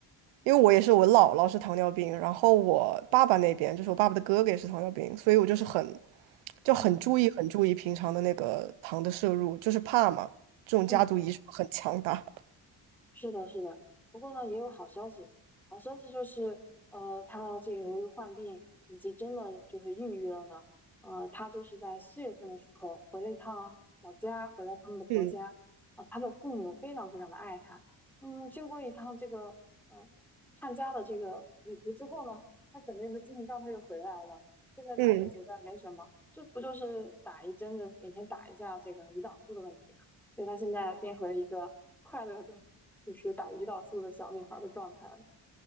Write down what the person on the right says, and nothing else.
因为我也是我姥姥是糖尿病，然后我爸爸那边就是我爸爸的哥哥也是糖尿病，所以我就是很就很注意很注意平常的那个糖的摄入，
就是怕嘛，这种家族遗传很强大。
<laughs>
嗯
嗯，